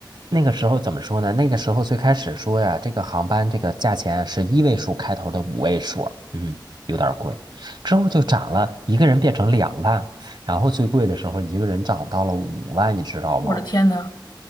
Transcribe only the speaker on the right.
那个时候怎么说呢？那个时候最开始说呀，这个航班这个价钱是一位数开头的五位数，嗯，有点儿贵，之后就涨了，一个人变成两万，然后最贵的时候一个人涨到了五万，你知道吗？